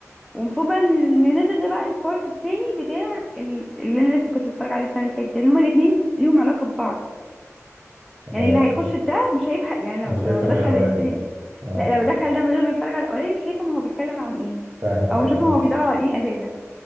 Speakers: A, in the centre; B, on the right (about 50°).
A: ومفروض بقى ان ننزل ده بقى البارت التاني بتاع ال- اللي انا لسه كنت بتفرج عليه السنه اللي فاتت يعني هما الاثنين ليهم علاقه ببعض يعني
B: ايوه
A: اللي
B: طب
A: هيخش ده مش هيفهم يعني
B: مش
A: لو
B: شايفها
A: لو دخل
B: من الأولاني
A: التاني
B: اه
A: لا لو دخل ده من غير ما يتفرج على الاولاني مش هيفهم هو بيتكلم عن ايه
B: فاهم
A: او
B: ايوه
A: مش هيفهم
B: فاهم
A: هو
B: قصدك
A: بيدور على ايه اساسا